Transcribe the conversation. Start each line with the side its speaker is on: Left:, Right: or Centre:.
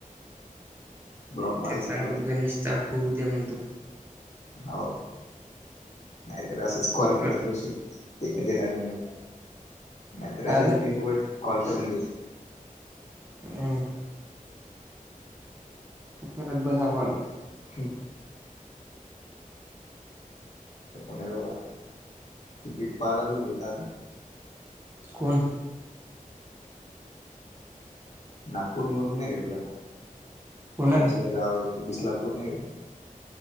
Left: ब्लॉक
Right: त्याला
Left: मारला
Right: सांगतो
Left: काय मला
Right: गणेशचा होऊ दे्या म्हणतो.
Left: हो नाहीतर असं कॉल
Right: अ
Left: करत बसील ते काय देणार नाही म नाहीतर
Right: म्हणला
Left: असेच बिनफुकट कॉल करून देई
Right: हम् करत बसा कॉल
Left: हो् पुण्यालो का तिकीट पाहा लागलो मी तर आता
Right: कोण
Left: नागपूर वरून नाही घेतलं
Right: कोण
Left: कोणचं
Right: रे
Left: गाव आहे ते बिसलापूर नाही का?